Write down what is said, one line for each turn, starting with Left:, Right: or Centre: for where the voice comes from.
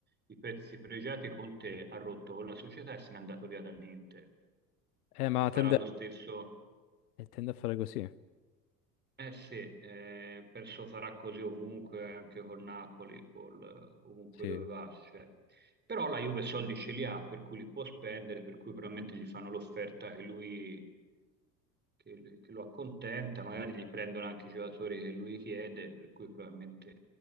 Right: i pezzi pregiati, Conte ha rotto con la società e se n'è andato via dall'Inter
Left: Eh, ma
Right: e farà
Left: tende,
Right: lo stesso.
Left: eh, tende a fare così.
Right: Eh sì, eh, penso farà così ovunque, anche con Napoli, col, ovunque
Left: Sì.
Right: dove va. cioè. Però la Juve soldi ce li ha, per cui li può spendere, per cui probabilmente gli fanno l'offerta che lui, che, che lo accontenta, magari gli prendono anche i giocatori che lui chiede, per cui probabilmente